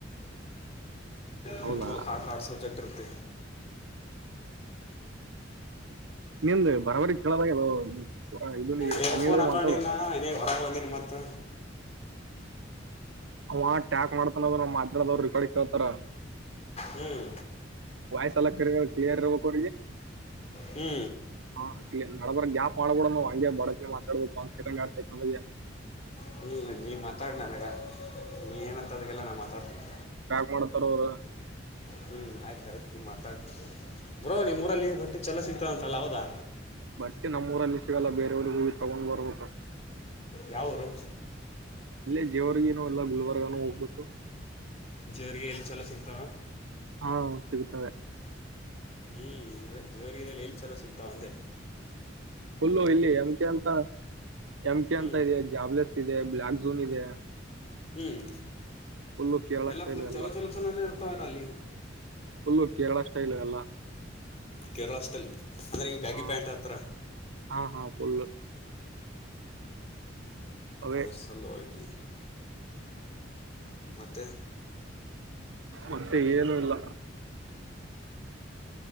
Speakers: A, on the left (about 35°); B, on the right (about 80°).
A: ಬಕುಲ್
B: ಹೌದಾ
A: ಹಾರ್ಟ ಹಾರ್ಟ ಸಬ್ಜೆಕ್ಟ್ ಇರುತ್ತ.
B: ನಿಮ ಬರಬಡ ಕೇಳದಾಗ ಅ ಇ
A: ಇಯರ್ಫೋನ್
B: ಸನಿಡಗೆ
A: ಹಾಕೊಂಡಿನ
B: ಮಾತಾಡುವ.
A: ಏನೇ ಹೊರಗೆ ಬಂದಿ ಮತ್ತು
B: ಅವ ಟ್ಯಾಕ್ ಮಾಡ್ತಾನದ ಮಾತಡದರು ರಿಕಾರ್ಡ್ ಕೇಳ್ತಾರ.
A: ಹ್ಮ್
B: ವಾಯಸ್ ಅರ್ ಕೊ
A: ಹ್ಞೂ
B: ಹ ಮಾಡಡಬರ ಗ್ಯಾಪ್ ಮಾಡ್ಬೋಡ ನ್ ಹಂಗೆ ಬಡಕ ಮಾತಾಡ್ಬೋು ಒಂದ್ ಸಕಂಡ್ ಆಡ್ ಸೆಕೆ ಬಗ್ಗೆ
A: ಹ್ಮ್ ನೀ ಮಾತಾಡ ನಾನಗ ನೀ ಏನಂತ ಅದಕ್ಕೆಲ್ಲ ನಾ ಮಾತಾಡ್ತೀನಿ.
B: ಯಾಕ್ ಮಾಡತಾರ ಅವರು
A: ಹ್ಮ್ ಆಯ್ತಾಯ್ತ್ ನೀ ಮಾತಾಡ ಬ್ರೋ ನಿಮ್ ಊರ ಲೀವ್ ರೊಟ್ಟಿ ಚಲೋ ಸಿಗ್ತಾರಂತಲ್ಲ ಹೌದಾ
B: ಬಟ್ಟೆ ನಮ್ಮೂರಲ್ಲಿ ಸಿಗಲ್ಲ ಬೇರೆಯವರಿಗೂ ಇ ತಗೊಂಡ್ ಬರ್ಬೇಕು
A: ಯಾವರು
B: ಅಲ್ಲೇ ಜೇವರ್ಗೇನ ಎಲ್ಲ ಗುಲ್ಬರ್ಗಾನೂ ಹೋಗ್ಬೇಕು.
A: ಜರಿಗೆ ಎಲ್ಲಿ ಚೆಲ ಸಿಗ್ತಾವ.
B: ಹಾ ಸಿಗುತ್ತವೆ.
A: ಹ್ಮ್ ಮತ್ತೆ ಜೋರಲ್ಲಿ ಏನ್ ಚಲೋ ಸಿಗ್ತಾವ ಒಂದೆ.
B: ಹುಲ್ಲು ಇಲ್ಲಿ ಅಮಕ ಅಂತ ಎಮ ಕೆ
A: ಹ್ಞೂ
B: ಅಂತ ಇದೆ ಜಾಬ್ಲೆಸ್ ಇದೆ ಬ್ಲಾಕ್ ಝೋನ್ ಇದೆ
A: ಹ್ಮ್
B: ಫುಲ್ಲು ಕೇರಳ
A: ಎಲ್ಲಾ
B: ಸ್ಟೈಲ್
A: ಫುಲ್
B: ಎಲ್ಲ
A: ಚಲೋ ಚಲೋ ಚಲನೇ ಇರ್ತವನ ಅಲ್ಲಿ
B: ಫುಲ್ಲು ಕೇರಳ ಸ್ಟೈಲು ಎಲ್ಲ.
A: ಕೇರಳ ಸ್ಟೈಲ್ ಅಂದ್ರೆ ಹಿಂಗೆ ಬ್ಯಾಗಿ
B: ಹಾ
A: ಪ್ಯಾಂಟ್ ಹತ್ರ
B: ಹಾ ಹಾ ಪಳ್ಳು ಅವೇ
A: ಅದರ ಸಲುವಾಗಿ. ಮತ್ತೆ
B: ಮತ್ತೆ ಏನು ಇಲ್ಲ.